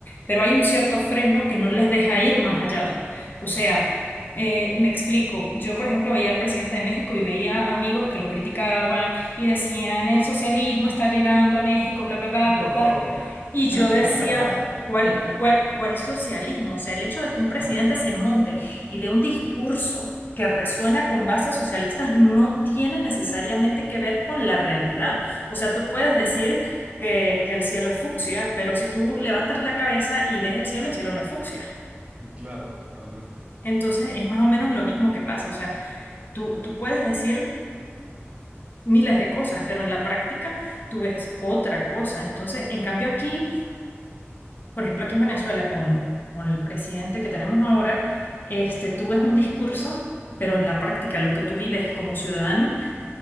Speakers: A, on the left (about 45°); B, on the right (about 30°).
A: pero hay un cierto freno que no les deja ir más allá. O sea, eh, me explico, yo por ejemplo veía al presidente de México y veía amigos que lo criticaban y decían, el socialismo está llegando a México, bla, bla, bla, bla,
B: Por
A: bla. bla".
B: favor.
A: Y
B: <laughs>
A: yo decía,
B: Ojalá.
A: ¿cuál,
B: <laughs>
A: cuál, cuál socialismo? O sea, el hecho de
B: Ajá,
A: que un presidente se monte y de un discurso que resuena con bases socialistas no tiene necesariamente que ver con la realidad. O sea, tú puedes
B: claro,
A: decir que, que el cielo es fucsia, pero si tú levantas la cabeza y ves el cielo, el cielo no es fucsia.
B: claro, totalmente.
A: Entonces
B: Y-
A: es más o menos lo mismo que pasa. O sea, tú, tú puedes decir miles de cosas, pero en la práctica tú ves otra cosa. Entonces, en cambio aquí, por ejemplo, aquí en Venezuela con, con el presidente que tenemos ahora, este, tú ves un discurso, pero en la práctica lo que tú vives como ciudadano